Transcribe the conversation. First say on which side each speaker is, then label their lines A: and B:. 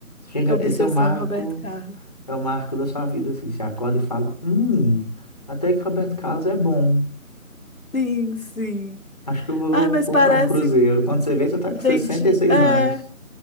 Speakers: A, on the left; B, on the left.
A: Chega,
B: Obsessão
A: esse é o marco,
B: em Roberto Carlos.
A: é o marco da sua vida, assim. Você acorda e fala, hum, até que Roberto Carlos é bom.
B: Sim, sim.
A: Acho que eu vou
B: Ai, mas
A: comprar
B: parece.
A: um cruzeiro. Quando você vê, você tá
B: Gente,
A: com sessenta e seis
B: é.
A: anos.